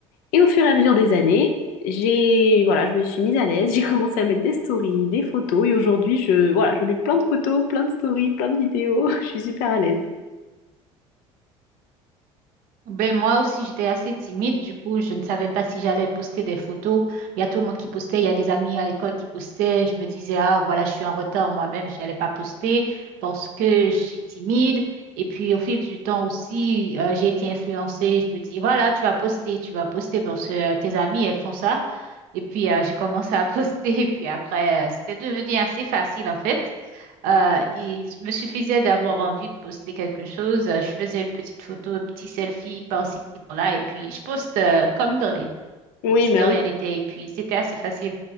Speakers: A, on the left (about 60°); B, on the right (about 60°).
A: et au fur et à mesure des années, j'ai, voilà, je me suis mise à l'aise, <laughs> j'ai commencé à mettre des stories, des photos et aujourd'hui, je, voilà, je mets plein de photos, plein de stories, plein de vidéos, <laughs> je suis super à l'aise.
B: Ben, moi aussi, j'étais assez timide. Du coup, je ne savais pas si j'allais poster des photos. Il y a tout le monde qui postait. Il y a des amis à l'école qui postaient. Je me disais, ah, voilà, je suis en retard moi-même. Je n'allais pas poster parce que je suis timide. Et puis, au fil du temps aussi, euh, j'ai été influencée. Je me dis, voilà, tu vas poster, tu vas poster parce que euh, tes amis, elles font ça. Et puis, euh, j'ai commencé à poster. <laughs> Et puis après, euh, c'était devenu assez facile, en fait. Euh, il me suffisait d'avoir envie de poster quelque chose. Euh, Je faisais une petite photo, un petit selfie par-ci, par-là. Et puis, je poste euh, comme de-
A: Oui,
B: si
A: bah
B: de rien
A: oui.
B: n'était. Et puis, c'était assez facile.